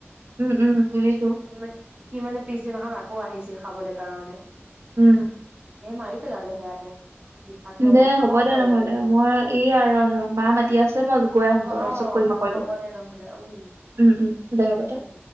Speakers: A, on the right; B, on the right.
A: উম উম বুজিছো।
B: সি মানে সি মানে পিছদিনাখন আকৌ আহিছিল খাবলৈ কাৰণে।
A: উম
B: সেই মাৰি পেলালে সেয়াতে বিষাক্ত।
A: দে
B: বস্তু
A: হ'ব
B: বৰ
A: দে
B: ভয়
A: নহ'লে
B: লাগে মোৰ
A: মই ই আৰু মা মাতি আছে মই গৈ আহোম
B: অ
A: চকৈ মাকৈটো
B: হ'ব দে নহ'লে উম
A: উম উম দে হ'ব দে।
B: উম